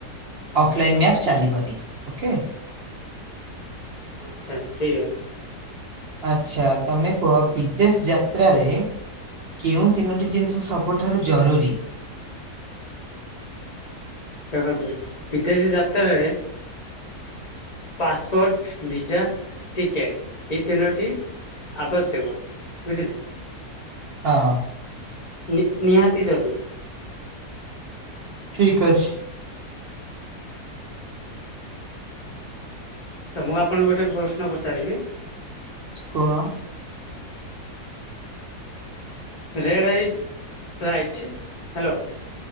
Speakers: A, on the right (about 80°); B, on the left (about 40°).
A: ଅଫଲାଇନ୍ ମ୍ୟାପ ଚାଲିବନି ଓକେ।
B: ଆଚ୍ଛା ଠିକ୍ ଅ।
A: ଆଚ୍ଛା ତମେ କୁହ ବିଦେଶ ଯାତ୍ରାରେ କେଉଁ ତିନୋଟି ଜିନିଷ ସବୁଠାରୁ ଜରୁରୀ?
B: ଦେଖନ୍ତୁ ବିଦେଶୀ ଯାତ୍ରାରେ ପସପୋର୍ଟ ଭିଜା ଟିକେଟ୍ ଏହିଇ ତିନୋଟି ଆବଶ୍ୟକ ବୁଝିଲେ।
A: ହଁ।
B: ନି ନିହାତି ଜରୁରି।
A: ଠିକ ଅଛି।
B: ତ ମୁଁ ଆପଣଙ୍କୁ ଗୋଟେ ପ୍ରଶ୍ନ ପଚାରିବି?
A: କୁହ?
B: ରେଡ଼୍ ଆଇଟ୍ ଲାଇଟ୍ ହ୍ୟାଲୋ